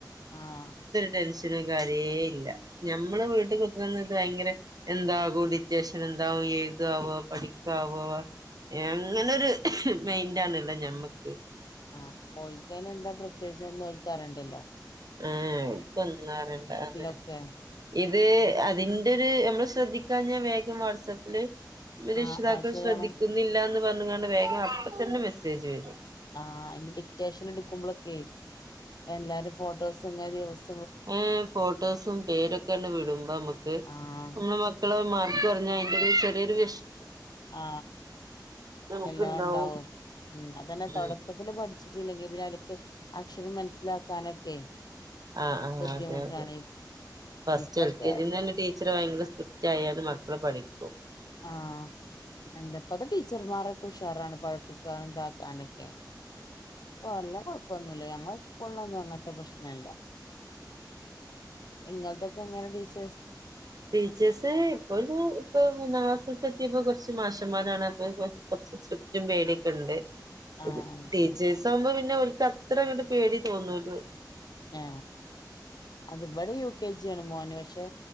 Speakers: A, on the left; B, on the right.
A: ആഹ
B: ടെനഷനും കാര്യേ ഇല്ല നമ്മള് വീട്ട കുത്തി ഭയങ്കര എന്താകും ഡിറ്റൻ എന്താവു എഴുതാവോ പഠിക്കാവോ ങ്ങനെരു മൈൻഡണ്ല്ലേ ഞമ്മക്ക്
A: ആ ഓൽക്കന് എന്താ പ്രത്യേകിച്ച്ന്നു ഓൽക്കാറണ്ടല്ലോ
B: ആ കൊന്നാറുണ്ട് അതെ
A: ഒക്കെ
B: ഇത് അതിൻ മ്മള് ശ്രദ്ധിക്കാഞ്ഞ വേഗം വാട്സപ്പില് രക്ഷിതാക്കും
A: ആഹ് അത് ശരിയാണ്
B: ശ്രദ്ധിക്കുന്നില്ലന്ന് വന്നങ്ങണ്ട് വേഗം അപ്പ തന്നെ മെസ്സേജ് വരും
A: ആ അയിന്റെ ഡിക്റ്റേഷൻ എടുക്കുമ്പോളൊക്കെ എല്ലാരും ഫോട്ടോസും കാര്യ ദിവസ
B: ഏ ഫോട്ടോസും പേരൊക്കെ തന്നെ വിടുമ്പോ നമ്മുക്ക്
A: ആഹ്
B: നമ്മള് മക്കളെ മ മാക്ക് പറഞ്ഞ അതിന്റെ ഒരു ചെറിയരു വെഷ്
A: ആ
B: നമുക്ക്ണ്ടാവും
A: എല്ലാ ഉണ്ടാവും ഉ അതന്നെ
B: ഉം
A: തുടക്കത്തില് പഠി ട്ടില്ലെങ്കിൽ പിന്നെ അലൊക്കെ അക്ഷരം മനസ്സിലാക്കാനൊക്കെ
B: ആ ആഹ
A: ബുദ്ധിമുട്ടാണ്
B: അതെ അതെ ഫസ്റ്റ്
A: ഇപ്പൊക്കെ
B: എൽ കെ ജിന്ന് തന്നെ ടീച്ചർ ഭയങ്കര സൃ- റ്റായാലത് മക്കള പഠിക്കും
A: ആ എന്താപ്പത് ടീച്ചർമാരോക്കെ ഉഷാറാണ് പഠിപ്പിക്കാൻ ഇതാക്കാനൊക്കെ പ്പ ല്ല കുഴപ്പൊന്നുല്ല ഞങ്ങള് സ്കൂളൊന്നും അ ത്തെ പ്രശ്നല്ല്യ ഇങ്ങൾതൊക്കെ എങ്ങനെ ടീച്ച്
B: ടീച്ചേയ്സ് ഇപ്പ ഇപ്പ മൂ എത്തിയപ്പോ കുറച്ച് മാഷന്മാരാണ് അപ്പൊക്കെ കൊറച്ച് സ്ട്രിക്റ്റും പേടിയൊക്കെ ണ്ട്
A: ആഹ്
B: ഇത് ടീച്ചേഴ്സ്
A: ശരി
B: ആവുമ്പോ പിന്നെ ഒക്ക് അത്ര ങ്ങട്ട് പേടി തോന്നല്ലൂ
A: ആ അത്പടെ യൂ കെ ജി മോനു ക്ഷെ